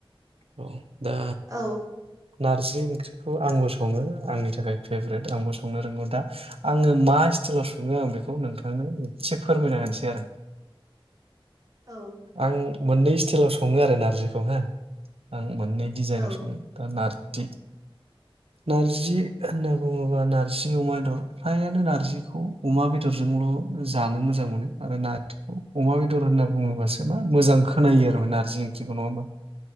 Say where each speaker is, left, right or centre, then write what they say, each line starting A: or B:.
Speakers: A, on the right; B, on the right.
A: औ दा।
B: औ
A: नारजि ओंख्रिखौ आंबो सङो आंनि थाखाय फेभरेट आंबो संनो रोंगौ दा आङो मा स्टाइलाव सङो आं बेखौ नोंथांनो एसे फोरमायना होनोसै। देर
B: औ
A: आं। मोननै स्टाइलाव सङो आरो नारजिखौ हो आं मोन। सनाय डिजाइनाव
B: औ
A: सङो दा नारो थ नारजि होनना बुङोब्ला नारजि अमा बेदर फ्रायानो नारजिखौ अमा बेदरजोंल' जानो मोजां मोनो। आरो नारजिखौ अमा बेदर होनना बुङोबासो मा मोजां खोनायो आरो नारजि ओंख्रिखौ नङा होमबा।